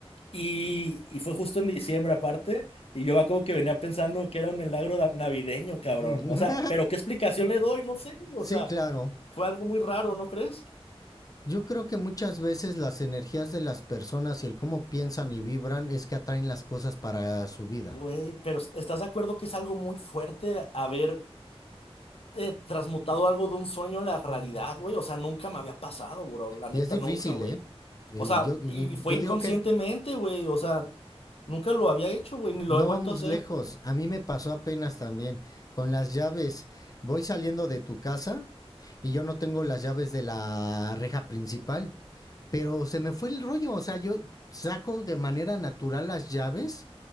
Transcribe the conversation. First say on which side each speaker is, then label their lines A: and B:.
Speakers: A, on the left; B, on the left.
A: Y, y fue justo en diciembre aparte, y yo como que venía pensando que era un milagro da- navideño, cabrón.
B: ujú.
A: O sea,
B: <laughs>
A: pero ¿qué explicación le doy? No sé,
B: Sí,
A: o sea,
B: claro.
A: fue algo muy raro, ¿no crees?
B: Yo creo que muchas veces las energías de las personas y el cómo piensan y vibran es que atraen las cosas para su vida.
A: Güey, pero est- ¿estás de acuerdo que es algo muy fuerte haber eh, transmutado algo de un sueño a la realidad, güey? O sea, nunca me había pasado, bro, la neta,
B: Y es difícil,
A: nunca, güey.
B: ¿eh? Eh,
A: O sea,
B: yo, yo-
A: y
B: yo
A: fue inconscientemente,
B: digo que es
A: güey, o sea, nunca lo había hecho, güey, ni lo
B: No
A: he vuelto
B: vamos
A: a hacer.
B: lejos. A mí me pasó apenas también con las llaves. Voy saliendo de tu casa y yo no tengo las llaves de la reja principal, pero se me fue el rollo. O sea, yo saco de manera natural las llaves,